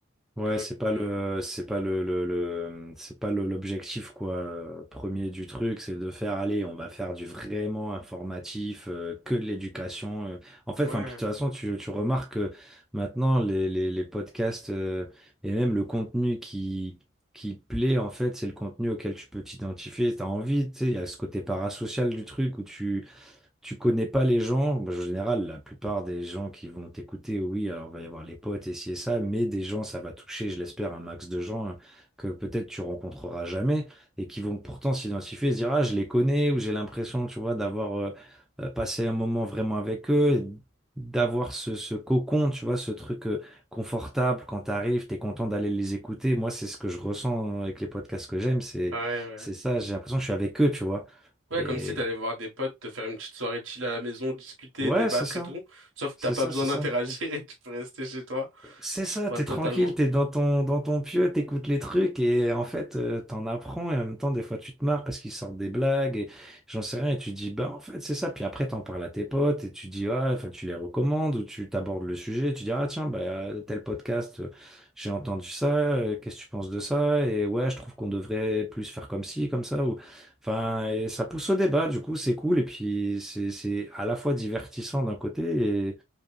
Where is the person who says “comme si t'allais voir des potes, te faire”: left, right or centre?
Right